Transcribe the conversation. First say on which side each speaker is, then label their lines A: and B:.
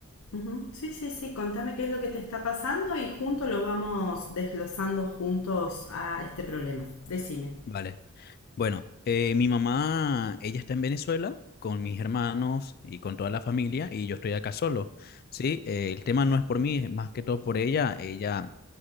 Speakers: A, on the left; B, on the left.
A: Ujú. Sí, sí, sí, contame qué es lo que te está pasando y juntos lo vamos desglosando juntos a este problema. Decime.
B: Vale. Bueno, eh, mi mamá, ella está en Venezuela con mis hermanos y con toda la familia y yo estoy acá solo. Sí, Eh, el tema no es por mí, es más que todo por ella. Ella